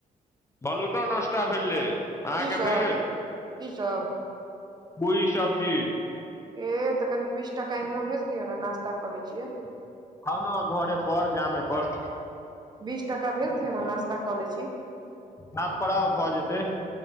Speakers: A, on the left; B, on the right.
A: कहलौं त नश्ता भेलै, अहाँके
B: की सब
A: भेल?
B: की सब?
A: पूरी सब्जी।
B: ए तऽ कनी बीस टका इमहरो भेज दिय ने नास्ता कऽ ले छियै।
A: आउ न घरे पर गामे पर।
B: बीस टका भेज दिय ने नाश्ता कऽ लै छी।
A: गाम पर आउ भऽ जेतै